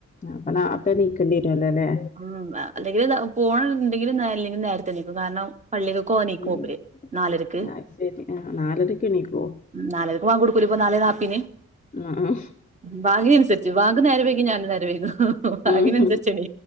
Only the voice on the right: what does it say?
ഉം അല്ലെങ്കിൽ പോണുണ്ടെങ്കിലുംല്ലെങ്കിലും നേരത്തെ എണിക്കും കാരണം പള്ളിക്ക്കൊനേക്കുപ്പര്
നാലരക്ക്
നാലരക്ക് വാങ്ക് കൊടുക്കല്ലേ നാല് നാപ്പേനി <unintelligible>
വാങ്കിനനുസരിച്ച് വാങ്ക്നേരം വൈകി ഞാനുംനേരംവൈക്കു വാങ്കിനനുസരിച്ച്
--